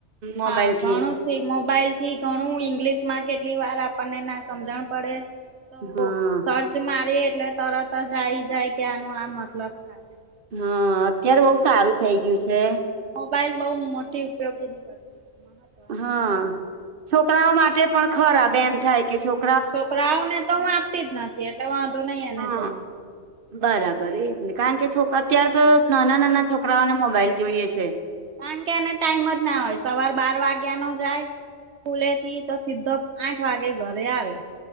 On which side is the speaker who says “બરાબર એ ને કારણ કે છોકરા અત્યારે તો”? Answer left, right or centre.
Right